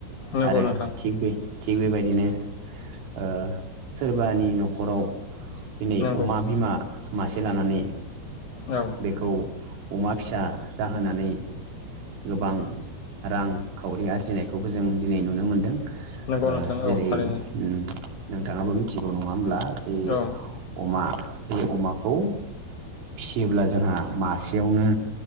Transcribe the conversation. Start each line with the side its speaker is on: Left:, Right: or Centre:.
Left: नंगौ
Right: आरो
Left: नोंथां
Right: थिख बे थिग बेबायदिनो ओ सोरबानि न'खराव दिनै
Left: नंगौ
Right: अमा बिमा मासे लानानै
Left: औ
Right: बेखौ अमा फिसा जाहोनानै गोबां रां खावरि आरजिनायखौबो जों दिनै नुनो मोनदों।
Left: नंगौ
Right: ओ
Left: नोंथां
Right: जेरै
Left: औ थारैनो
Right: ओम नोंथाङाबो मिथिगौ नङा होमब्ला जे
Left: औ
Right: अमा बे अमाखौ फियोब्ला जोंहा मासेयावनो